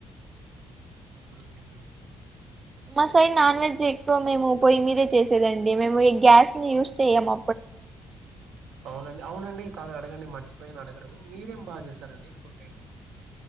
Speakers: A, on the right (about 85°); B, on the right (about 30°).
A: హ్మ్
B: మా సైరి నాన్ వెజ్ ఎక్కువ మేము పొయ్యి మీదే చేసేదండి మేము గ్యాస్ని యూస్ చేయము
A: అవునండి అవునండి కాద అడగండి మర్చిపోయిని అడగడం మీరేం బా జేసారండి ఫుడ్ ఐటమ్